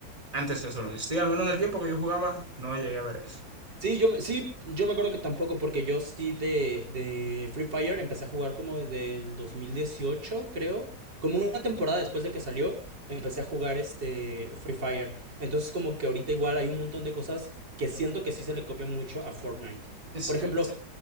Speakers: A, on the right; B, on the right.
A: Antes eso no existía, al menos en el tiempo que yo jugaba, no llegué a ver eso.
B: Sí, yo me, sí, yo me acuerdo que tampoco, porque yo sí de, de Free Fire empecé a jugar como desde el 2018, creo. Como una temporada después de que salió, empecé a jugar este Free Fire. Entonces, como que ahorita igual hay un montón de cosas que siento que sí se le copian mucho a Fortnite.
A: Exacto.
B: Por ejemplo,